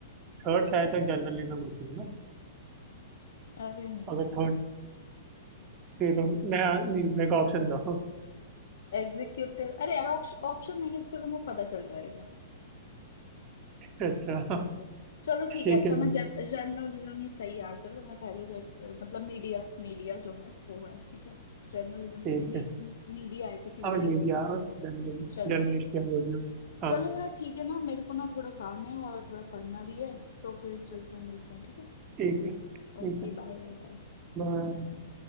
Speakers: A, on the right; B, on the left.
A: थर्ड शायद तक जर्नलिज्म होती है ना
B: अरे नहीं
A: अगर थर्ड ये तो मैं नहीं मेरे को ऑप्शन दो
B: एग्जीक्यूटिव अरे यार ऑप्शन नहीं है तो फिर तुम्हें पता चल जाएगा
A: अच्छा
B: चलो
A: ठीक
B: ठीक है अच्छा
A: है
B: मैं जर्नलिज्म ही सही आंसर है तो मैं पहले जर, अ, मतलब मीडिया मीडिया जो है वो है ठीक है जर्नलिज्म नहीं
A: ठीक
B: है
A: है
B: मीडिया है किसी भी
A: और
B: तरीके
A: मीडिया
B: का मीडिया
A: और जर्नलिस्ट
B: चलो
A: या जो भी हो हाँ
B: चलो यार ठीक है ना मेरे को ना थोड़ा काम है और थोड़ा पढ़ना भी है तो फिर चलते हैं मिलते हैं ठीक है
A: ठीक है ठीक
B: Okay
A: है
B: bye bye bye
A: बाय